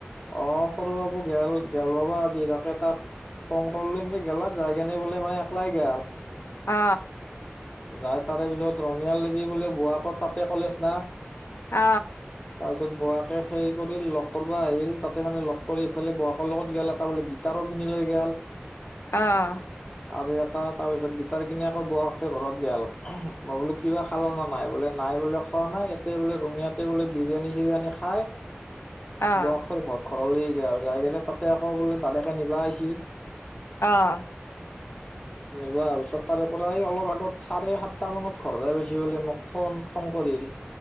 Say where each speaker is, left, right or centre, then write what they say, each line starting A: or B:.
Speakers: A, on the left; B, on the left.
A: অ সৰু বাবু গেল গেল ৰবা আজি তাকে তাক ফোন <unintelligible> <unintelligible> গেলাক জাই <unintelligible> বোলে মানে একলাই গেল
B: অ
A: যাই তাৰে পিছত ৰঙিয়াল <unintelligible> বোলে বোৱাকৰ তাতে কলেজ না
B: অ
A: তাৰপিছত <unintelligible> সেই কৰি লগ <unintelligible> আহিল তাতে মানে লগ কৰি ইফালে <unintelligible> লগত গেল <unintelligible> <unintelligible> <unintelligible> লৈ গেল
B: অঁ
A: আৰু এটা তাৰপিছত গিটাৰ কিনি আকৌ <unintelligible> তাতে ঘৰত গ হ'ল মই বোলো কিবা খাল ন নাই বোলে নাই বোলে খোৱা নাই ইতে বোলে ৰঙিয়াত <unintelligible> বোলে বিৰিয়ানী চিৰিয়ানী খায়
B: অ
A: <unintelligible>
B: অ
A: <unintelligible> ঘৰলৈ <unintelligible> যায়কেনে তাতে আকৌ বোলে দাদেকে নিবা আইছি
B: অঁ
A: নিবা আহা পিছত তাৰে পৰা অলপ <unintelligible> <unintelligible> চাৰে সাতটা মানত ঘৰ যায় পাইচি বুলি মোক ফোন ফোন কৰিল